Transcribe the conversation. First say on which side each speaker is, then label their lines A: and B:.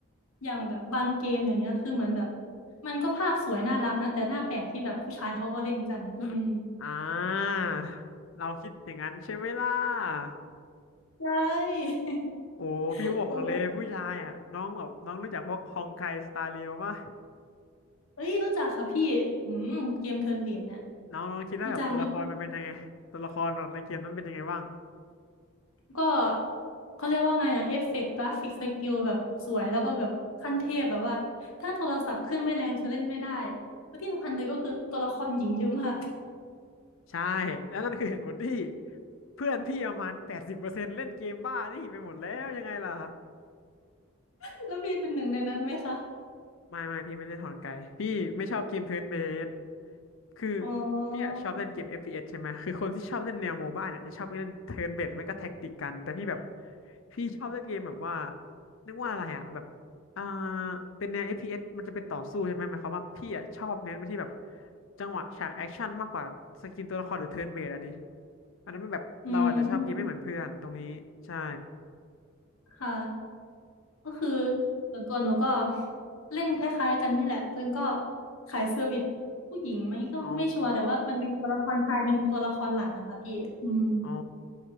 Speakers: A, on the left; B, on the left.
A: อย่างแบบบางเกมอย่างเงี้ยคือเหมือนแบบมันก็ภาพสวยน่ารักนะแต่หน้าแปลกที่แบบผู้ชายเขาก็เล่นกันอืม
B: อืมอ่าเราคิดอย่างนั้นใช่ไหมล่ะ
A: ใช่ <laughs>
B: โอ้พี่บอกเลยผู้ชายอ่ะน้องแบบน้องรู้จักพวกฮองไกสตาร์เรียวป่ะ
A: โอ้โหเอ้ยรู้จักค่ะพี่อืมเกมเทิร์นเบสเนี่ย
B: น้องน้องคิดว่าแบบตัวละครมันเป็นยังไงตัวละครของในเกมนั้นเป็นยังไงบ้าง
A: รู้จักรู้จักก็เขาเรียกว่าไงอะเอฟเฟกต์กราฟิกสกิลแบบสวยแล้วก็แบบขั้นเทพแบบว่าถ้าโทรศัพท์เครื่องไม่แรงจะเล่นไม่ได้แล้วที่สำคัญเลยก็คือตัวละครหญิงเยอะมาก
B: ใช่แล้วนั่นคือเหตุผลที่เพื่อนพี่ประมาณแปดสิบเปอร์เซ็นต์เล่นเกมบ้านี่ไปหมดแล้วยังไงล่ะ
A: <laughs> แล้วพี่เป็นหนึ่งในนั้นไหมคะ
B: ไม่ไม่พี่ไม่ได้ถอนไกลพี่ไม่ชอบเกมเทิร์นเบสคือ
A: อ๋อ
B: พี่อะชอบเล่นเกม f อฟพีเอสใช่ไหมคือคนที่ชอบเล่นแนวโมบ้าเนี่ยจะชอบเล่นเทิร์นเบสไม่ก็แท็กติกกันแต่พี่แบบพี่ชอบเล่นเกมแบบว่าเรียกว่าอะไรอะแบบอ่าเป็นแนว f อฟพีเอสมันจะเป็นต่อสู้ใช่ไหมหมายความว่าพี่อะชอบเน้นไปที่แบบจังหวะฉากแอคชั่นมากกว่าสกินตัวละครหรือเทิร์นเบสอะดิอันนั้นมันแบบเราอาจจะชอบเกมไม่เหมือนเพื่อนตรงนี้ใช่
A: อืม ค่ะก็คือส่วนตัวหนูก็เล่นคล้ายๆกันนี่แหละเพื่อนก็ขายเซอร์วิสผู้หญิงไหมก็ไม่ชัวร์แต่ว่ามันเป็นตัวละครชายเป็นตัวละครหลักนะคะพี่อืม
B: อ๋ออ๋อ